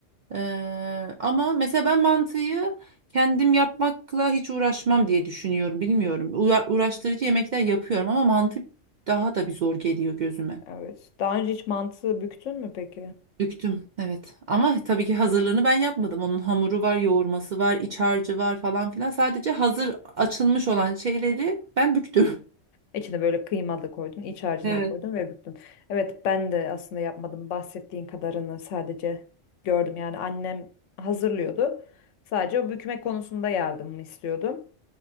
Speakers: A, on the right; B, on the left.
A: Ee, ama mesela ben mantıyı kendim yapmakla hiç uğraşmam diye düşünüyorum. Bilmiyorum. Uğra- uğraştırıcı yemekler yapıyorum ama mantı daha da bir zor geliyor gözüme.
B: Evet. Daha önce hiç mantı büktün mü peki?
A: Büktüm. Evet. Ama tabii ki hazırlığını ben yapmadım. Onun hamuru var, yoğurması var, iç harcı var falan filan. Sadece hazır açılmış olan şeyleri ben büktüm. <laughs>
B: İçine böyle kıyma da koydun, iç harcından
A: Evet.
B: koydun ve büktün. Evet ben de aslında yapmadım. Bahsettiğin kadarını sadece gördüm. Yani annem hazırlıyordu. Sadece o bükme konusunda yardımımı istiyordu.